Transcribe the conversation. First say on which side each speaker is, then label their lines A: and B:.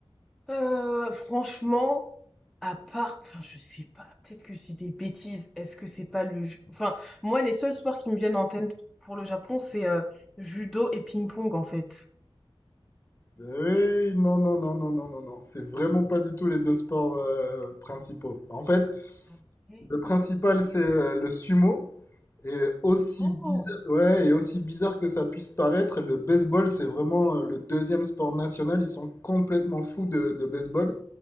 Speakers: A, in the centre; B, on the left.
A: Euh, franchement, à part, enfin je sais pas, peut-être que je dis des bêtises. Est-ce que c'est pas le, ju- enfin moi, les seuls sports qui me viennent en tête pour le Japon, c'est euh, judo et ping-pong en fait.
B: Euh, oui, non, non, non, non, non, non, non. C'est vraiment pas du tout les deux sports euh, principaux. En fait,
A: Ah, mais-
B: le principal, c'est euh, le sumo. Et aussi
A: Oh.
B: bizarre, ouais, et aussi bizarre que ça puisse paraître, le baseball, c'est vraiment euh, le deuxième sport national. Ils sont complètement fous de, de baseball.